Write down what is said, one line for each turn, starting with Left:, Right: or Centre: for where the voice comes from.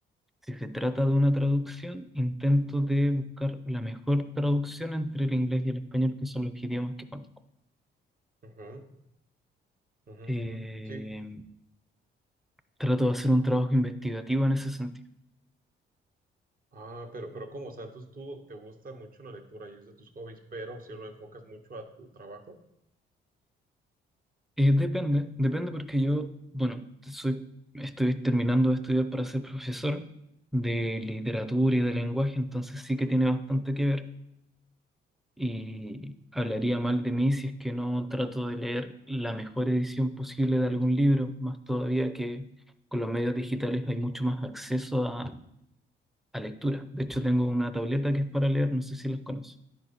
Centre: Si se trata de una traducción, intento de buscar la mejor traducción entre el inglés y el español, que son los idiomas que conozco.
Right: Ujú, ujú,
Centre: Eh,
Right: ujú. Sí.
Centre: trato de hacer un trabajo investigativo en ese sentido.
Right: Ah, pero, pero ¿cómo? O sea, entonces tú te gusta mucho la lectura y es de tus hobbies, pero si lo enfocas mucho a tu trabajo,
Centre: Eh, depende, depende porque yo, bueno, soy, estoy terminando de estudiar para ser profesor de
Right: Ujú.
Centre: literatura y de lenguaje, entonces sí que tiene bastante que ver. y hablaría mal de mí si es que no trato de leer la mejor edición posible de algún libro, más todavía que con los medios digitales hay mucho más acceso a, a lectura. De hecho, tengo una tableta que es para leer, no sé si las conoces.